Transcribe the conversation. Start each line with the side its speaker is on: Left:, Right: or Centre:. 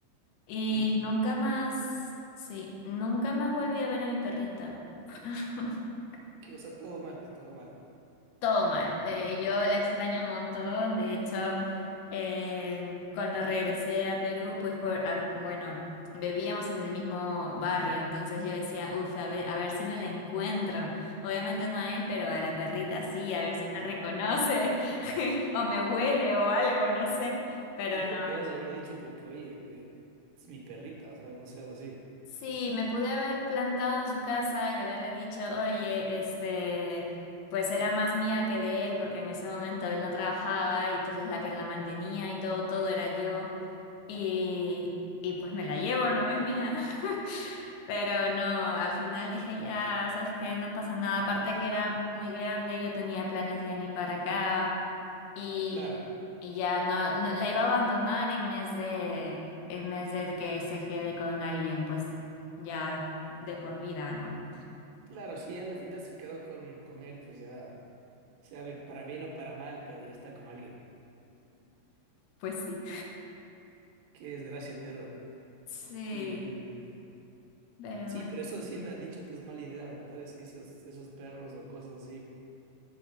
Left: y
Right: uy,
Left: nunca más, sí, nunca más volví a ver a mi perrita. <laughs>
Right: que, o sea, todo mal, todo mal.
Left: Todo mal. Eh, yo la extraño un montón. De hecho, eh, cuando regresé a Perú, pues por, a- bueno, vivíamos en el mismo barrio, entonces yo decía, uff, a ver, a ver si me la encuentro. Obviamente no a él, pero a la perrita sí, a ver si me reconoce <laughs> o me huele o algo, no sé. Pero
Right: Y no le podías haber dicho como que, oye, eh, es mi perrita, o sea, no seas así.
Left: Sí, me pude haber plantado en su casa y haberle dicho, oye, este, pues era más mía que de él, porque en ese momento él no trabajaba y entonces la que la mantenía y todo, todo era yo. Y, y pues me la llevo, no es mía. <laughs> Pero no, al final dije, ya, sabes que no pasa nada. Aparte que era muy grande, yo tenía planes de venir para acá y,
Right: Claro,
Left: y ya no, no- la iba a abandonar en vez de, en vez de que se quede con alguien, pues ya de por vida, ¿no?
Right: claro, si ya a la final se quedó con, con él, pues ya, sea bien- para bien o para mal, pero ya está con alguien.
Left: Pues sí.
Right: Qué desgracia, pero...
Left: Sí,
Right: Y, mm,
Left: pero
Right: sí,
Left: bueno.
Right: pero eso siempre han dicho que es mala idea adoptar así esos, esos perros o cosas así,